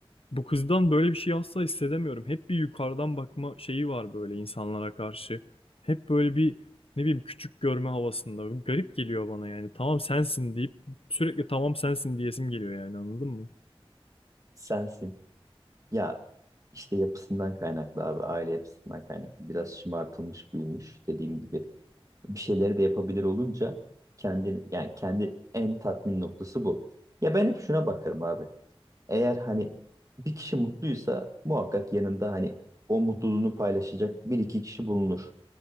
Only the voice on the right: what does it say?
Sensin. Ya işte yapısından kaynaklı abi. Aile yapısından kaynaklı. Biraz şımartılmış büyümüş dediğim gibi. Bir şeyleri de yapabilir olunca kendi yani kendi en tatmin noktası bu. Ya ben hep şuna bakarım abi. Eğer hani bir kişi mutluysa muhakkak yanında hani o mutluluğunu paylaşacak bir iki kişi bulunur.